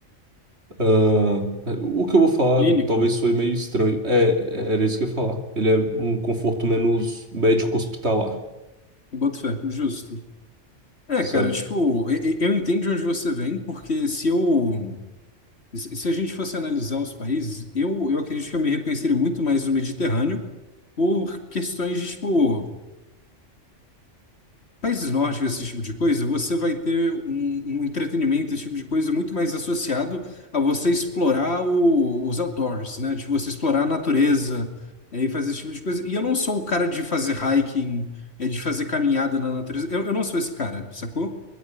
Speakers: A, on the right; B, on the left.
A: ah, o que eu vou falar
B: Clínico.
A: talvez soe meio estranho. É, era isso que eu ia falar. Ele é um conforto menos médico hospitalar,
B: Eu boto fé, justo. É,
A: sabe?
B: cara, tipo, e- e- eu entendo de onde você vem, porque se eu E Se se a gente fosse analisar os países, eu, eu acredito que eu me reconheceria muito mais no Mediterrâneo por questões de, tipo, países nórdicos, esse tipo de coisa, você vai ter um, um entretenimento, esse tipo de coisa, muito mais associado a você explorar o- os outdoors, né? De você explorar a natureza, é, e fazer esse tipo de coisa. E eu não sou o cara de fazer hiking, é, de fazer caminhada na natureza. Eu, eu não sou esse cara, sacou?